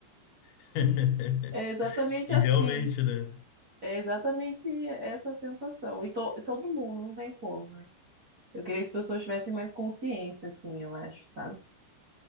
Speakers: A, on the left; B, on the right.
A: <laughs>
B: É exatamente
A: E
B: assim.
A: realmente, né?
B: É exatamente essa sensação. E to- todo mundo, não tem como, né? Eu queria que as pessoas tivessem mais consciência, assim, eu acho, sabe?